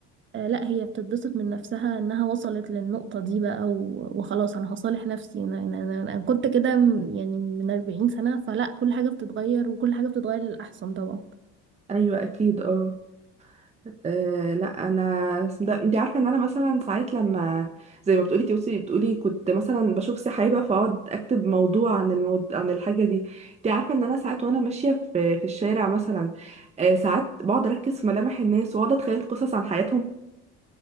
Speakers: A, on the right; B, on the right.
A: آه، لا هي بتتبسط من نفسها انها وصلت للنقطة دي بقى و- وخلاص انا هصالح نفسي انا انا انا أنا كنت كده م- يعني من 40 سنة فلا كل حاجة بتتغير وكل حاجة بتتغير للأحسن طبعا
B: ايوه اكيد اه آه، لا انا اسم ده انت عارفه ان انا مثلا ساعات لما زي ما بتقولي توصي بتقولي كنت مثلا بشوف سحابه فاقعد اكتب موضوع عن الموضوع عن الحاجه دي انت عارفه ان انا ساعات وانا ماشيه في في الشارع مثلا آه، ساعات بقعد اركز في ملامح الناس واقعد اتخيل قصص عن حياتهم